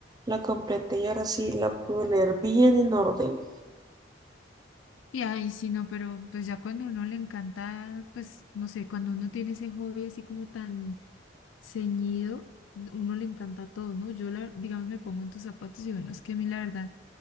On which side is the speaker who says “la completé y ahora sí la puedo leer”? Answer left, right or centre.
Right